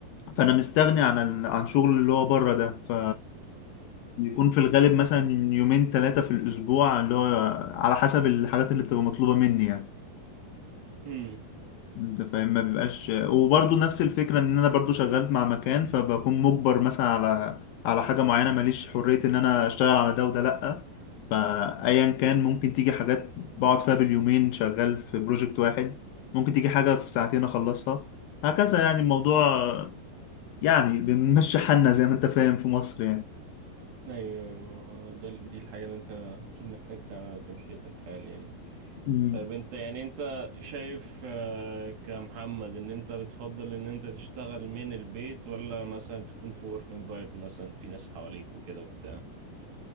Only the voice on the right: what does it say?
امم
ايوه أيوة. ده دي الحاجة اللي انت اكيد محتاج تعملها تمشية الحال يعني
طيب انت يعني انت شايف آه، كمحمد ان انت بتفضل ان انت تشتغل من البيت ولا مثلا تكون في ورك انفايرمنت مثلا في ناس حواليك وكده وبتاع